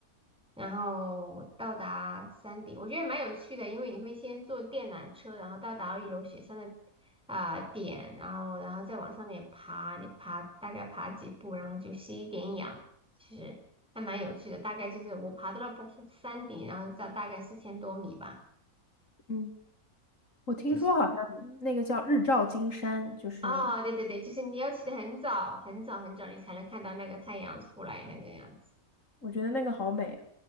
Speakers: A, in the centre; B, on the left.
A: 然后到达山顶，我觉得蛮有趣的，因为你会先坐电缆车，然后到达一楼雪山的啊、点，然后然后再往上面爬，你爬大概爬几步，然后就吸一点氧，其实还蛮有趣的。大概就是我爬到了山顶，然后到大概四千多米吧，
B: 嗯，我听说好像那个叫日照金山，
A: 就是
B: 就是
A: 哦，对对对，就是你要起得很早很早很早，你才能看到那个太阳出来那个样子。
B: 我觉得那个好美啊。